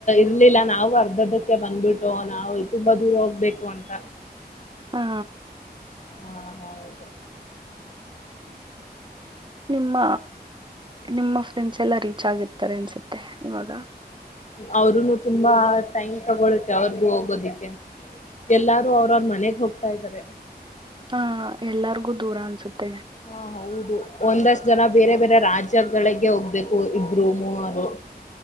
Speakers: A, on the left; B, on the right.
A: ಬರ್ಲಿಲ್ಲ ನಾವು ಅರ್ಧದಧಕ್ಕೆ ಬಂದ್ಬಿಟ್ಟು ನಾವು ತುಂಬಾ ದೂರ ಹೋಗ್ಬೇಕು ಅಂತ
B: ಹಾ
A: ಹಾ ಹೌದು
B: ನಿಮ್ಮ ನಿಮ್ಮ ಫ್ರೆಂಡ್ಸ್ ಎಲ್ಲ ರೀಚ್ ಆಗಿರ್ತಾರೆ ಅನ್ಸುತ್ತೆ ಇವಾಗ
A: ಅವರುನು ತುಂಬಾ ಟೈಮ್ ತಗೊೊಳ್ಳುತ್ತೆ ಅವ್ರಿಗೂ ಹೋಗೋದಿಕ್ಕೆ ಎಲ್ಲಾರು ಅವ್ರ ಅವ್ರ ಮನೆಗೆ ಹೋಗತಾರೆ ಹತಾ ಇದ್ದಾರೆ
B: ಹಾ ಎಲ್ಲರಿಗೂ ದೂರ ಅನ್ಸುತ್ತೆ
A: ಹಾ ಹೌದು ಒಂದಷ್ಟ ಜನ ಬೇರೆ ಬೇರೆ ರಾಜ್ಯಗಳಿಗೆ ಹೋಗ್ಬೇಕು ಇಬ್ರು ಮೂರು